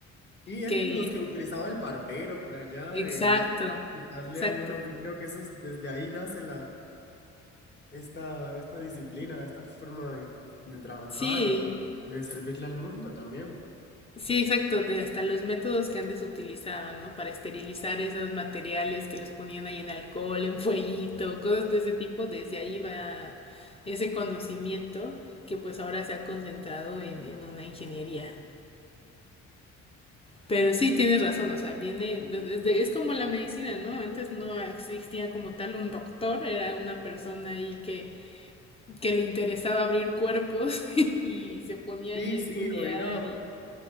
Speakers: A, on the left; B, on the left.
A: y estos
B: que...
A: los que utilizaba el barbero por allá,
B: Exacto,
A: eh, ¿no? Para quitarle
B: exacto.
A: a uno, yo creo que eso es, desde ahí nace esta, esta disciplina, esta forma de, de trabajar
B: Sí,
A: y de servirle al mundo también.
B: Sí, exacto, de hasta los métodos que antes utilizaban, ¿no? Para esterilizar esos materiales que los ponían ahí en alcohol, en fueguito, cosas de ese tipo, desde ahí va ese conocimiento que pues ahora se ha concentrado en, en una ingeniería. Pero sí, tienes razón, o sea, viene, desde- es como la medicina, ¿no? Antes no existía como tal un doctor, era una persona ahí que, que le interesaba abrir cuerpos <laughs> y se ponía
A: Sí,
B: ahí a
A: sí,
B: estudiar
A: o era,
B: y